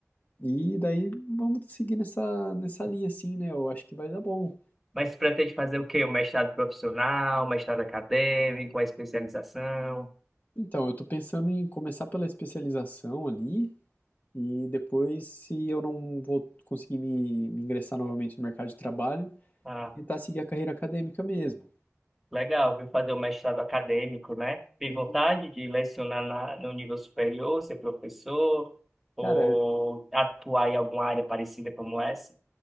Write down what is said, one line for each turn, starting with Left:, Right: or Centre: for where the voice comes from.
Left: e daí vamos seguir nessa nessa linha assim, né? Eu acho que vai dar bom.
Centre: Mas você pretende fazer o quê? Um mestrado profissional, um mestrado acadêmico, uma especialização?
Left: Então, eu tô pensando em começar pela especialização ali E depois, se eu não vou conseguir me, me ingressar novamente no mercado de trabalho,
Centre: Ah,
Left: tentar seguir a carreira acadêmica mesmo.
Centre: legal, viu? Fazer um mestrado acadêmico, né? Tem
Left: E,
Centre: vontade de lecionar na, no nível superior, ser professor, ou
Left: cara,
Centre: atuar em alguma área parecida como essa?